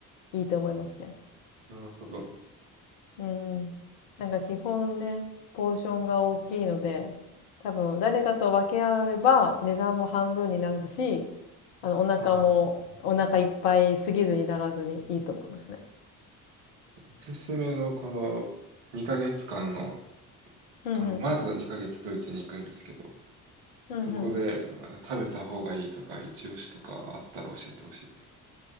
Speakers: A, on the left; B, on the right.
A: いいと思いますね。
B: ー、なるほど。
A: うんなんか基本ね、ポーションが大きいので、多分誰かと分け合えば値段も半分になるし、あのお腹もお腹いっぱいすぎずにならずにいいと思いますね。
B: ああ、なるほどおすすめのこの2ヶ月間の、
A: うんうん。
B: あの、まずは2ヶ月ドイツに行くんですけど、
A: うんうん。
B: そこであ食べた方がいいとか、一押しとかあったら教えてほしい。